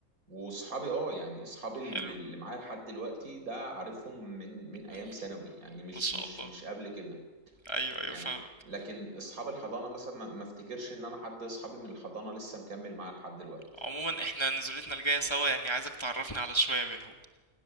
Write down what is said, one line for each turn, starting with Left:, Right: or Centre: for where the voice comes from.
Right: واصحابي اه يعني اصحابي اللي
Left: حلو
Right: اللي معايا لحد دلوقتي ده عارفهم من من ايام
Left: من...
Right: ثانوي يعني مش
Left: ما شاء
Right: مش
Left: الله
Right: مش قبل كده
Left: ايوه ايوه
Right: يعني
Left: فاهمك
Right: لكن اصحاب الحضانه مثلا ما ما افتكرش ان انا حد اصحابي من الحضانه لسه مكمل معاه لحد دلوقتي
Left: عموما احنا نزولتنا الجاية سوا يعني عايزك تعرفني على شوية منهم